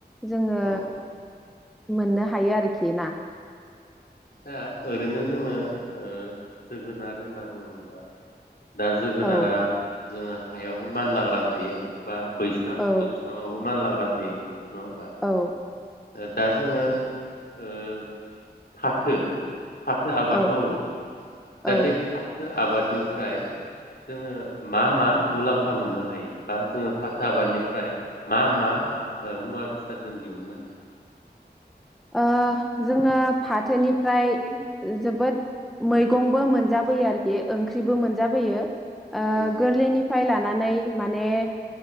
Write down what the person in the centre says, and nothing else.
जोङो
मोननो हायो आरोखि ना।
औ
औ
औ
औ
औ
ओ जोङो फाथोनिफ्राय जोबोद मैगंबो मोनजाबोयो आरोखि ओंख्रिबो मोनजाबोयो ओ
गोरलैनि फाय लानानै माने